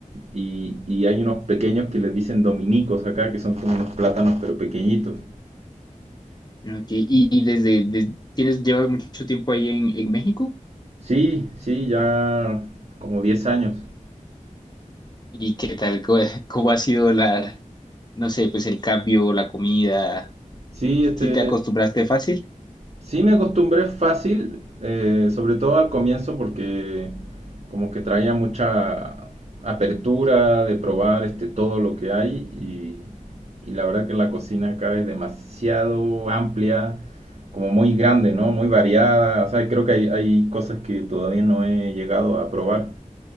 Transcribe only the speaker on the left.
Ok, Y, y desde, des- tienes, llevas mucho tiempo ahí en, en México.
¿Y qué tal? ¿Cómo, <laughs> cómo ha sido la, no sé, pues el cambio, la comida?
¿Sí
te acostumbraste fácil?